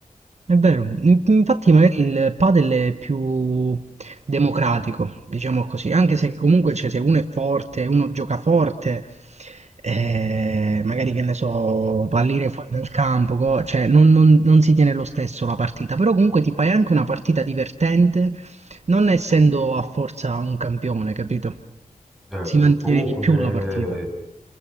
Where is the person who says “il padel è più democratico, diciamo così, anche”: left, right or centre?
Right